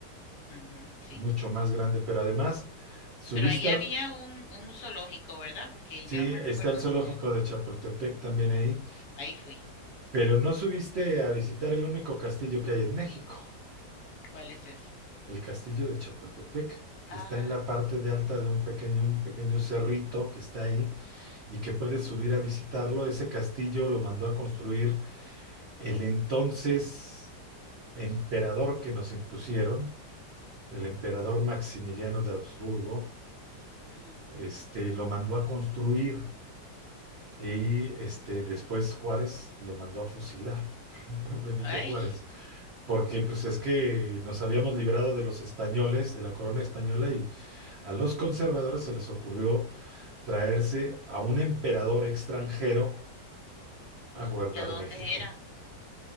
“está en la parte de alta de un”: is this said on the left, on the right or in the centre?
Right